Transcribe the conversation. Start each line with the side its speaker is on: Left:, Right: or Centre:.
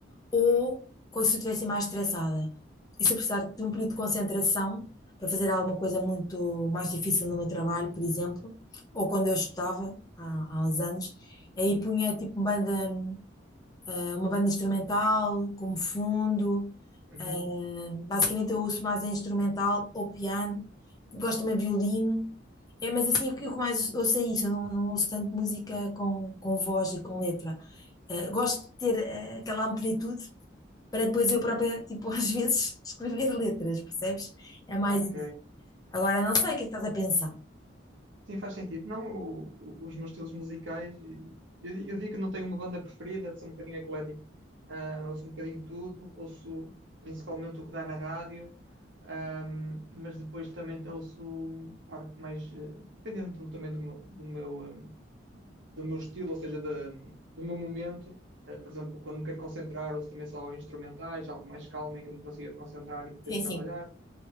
Left: ou quando se eu estivesse mais estressada. E se eu precisar de um período de concentração para fazer alguma coisa muito mais difícil no meu trabalho, por exemplo, ou quando eu estudava há, há uns anos, aí punha tipo banda é uma banda instrumental, como fundo.
Right: Uhum.
Left: eh, basicamente eu ouço mais é instrumental ou piano. Gosto também de violino. É, mas assim, o que o que mais ouço é isso. Eu não, não ouço tanto música com, com voz e com letra. Eh, gosto de ter eh, aquela amplitude para depois eu própria, tipo, <laughs> às vezes escrever letras, percebes? É mais
Right: Ok.
Left: isso. Agora, não sei o que é que estás a pensar.
Right: Sim, faz sentido. Não, o- o- os meus estilos musicais, e- eu, di- eu digo que não tenho uma banda preferida, sou um bocadinho eclético. Ah, ouço um bocadinho de tudo, ouço principalmente o que dá na rádio, ahm, mas depois também ouço parte mais, eh, dependendo do- também do meu, do meu, ahm, do meu estilo, ou seja, da- do meu momento. Ah, por exemplo, quando me quero concentrar, ouço também só instrumentais, algo mais calmo em que eu me consiga concentrar e poder
Left: Sim,
Right: trabalhar.
Left: sim.